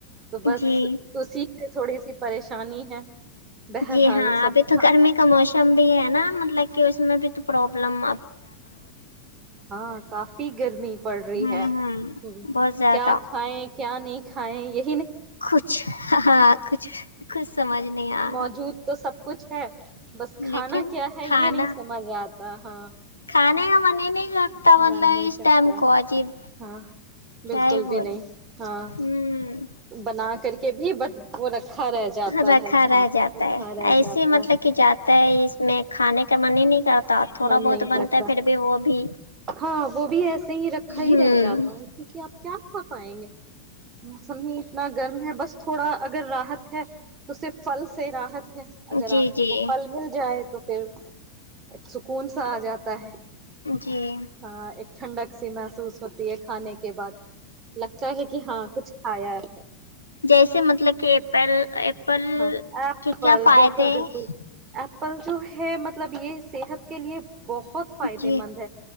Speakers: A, on the right (about 30°); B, on the left (about 80°).
A: تو بس
B: جی
A: اسی سے تھوڑی سی پریشانی ہے بہرحال
B: جی ہاں
A: سب
B: ابھی تو گرمی کا موسم بھی ہے نا مطلب کہ اس میں بھی تو پروابلم
A: ہاں کافی گرمی پڑ رہی
B: ہوں
A: ہے
B: ہوں
A: ہ
B: بہت زیادہ
A: کیا کھائائے کیا نہیں <inaudible> کھائیں یہ
B: کچھ ہاں کچھ کچھ سمجھ نہیں آ
A: موجود
B: رہا
A: تو سب کچھ ہے بس کھانا
B: لیکن
A: کیا ہے
B: کھانا
A: یہ نہیں سمجھ آتی ا ہاں <inaudible>
B: کھانے کا من نہیں کرتا مطلب
A: من نہیں
B: اس
A: کرتا
B: ٹائم کو عجیب
A: ہاں بالکل
B: کیا ہی بولے
A: بھی نہیں ہاں
B: ہوں
A: بنا کر کے کے بھی بٹ وہ رکھا رہ جاتا
B: رکھا
A: ہے
B: رہ
A: ہاں
B: جاتا
A: رکھا
B: ہے
A: رہ
B: ایسے
A: جاتا
B: مطلب
A: ہے
B: کہ جاتا ہے اس میں کھانے کا من ہی نہیں کرتا تھوڑا
A: من
B: بہت
A: نہیں
B: بنتا
A: کرتا
B: ہے پھر بھی وہ بھی
A: ہاں وہ بھی ایسے ہی رکھا ہی
B: ہوں
A: رہ جاتا ہے کیونکہ آپ کیا کھا پائیں گے موسم ہی اتنا گرم ہے بس تھوڑا اگر راحت ہے تو صرف پھل سے راحت اگر
B: جی
A: آپ
B: جی
A: کو پھل مل جائے تو تو پھر ایک سکون سا آ جاتا ہے
B: جی
A: ہاں ایک ٹھنڈک سی محسوس ہوتی ہے کھانے کے بعد لگتا ہے کہ ہاں کچھ کھایا ہے
B: جیسے مطلب کہ ایپل ایپل
A: ہاں ایپل
B: کے کیا فائدے
A: بالکل
B: ہیں؟
A: بالکل پلچو ہے مب مطلب یہ صحت کے لیے بہت فائدے
B: جی
A: مند ہے